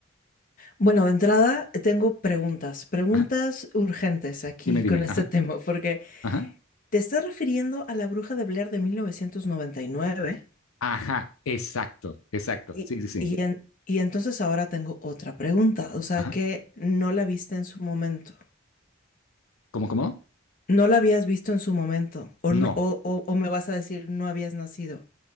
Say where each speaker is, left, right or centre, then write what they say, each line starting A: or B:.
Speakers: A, on the left; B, on the left.
A: Bueno, de entrada tengo preguntas, preguntas
B: Ajá,
A: urgentes aquí
B: dime, dime,
A: con este
B: ajá,
A: <laughs> tema, porque
B: ajá,
A: te estás refiriendo a la Bruja de Blair de mil novecientos noventa y, nueve
B: ajá, exacto, exacto,
A: y,
B: sí, sí, sí,
A: y, en- y entonces ahora tengo otra pregunta, o sea
B: ajá,
A: que no la viste en su momento,
B: ¿cómo, cómo?
A: no la habías visto en su momento, o,
B: No,
A: no- o, o- o me vas a decir no habías nacido,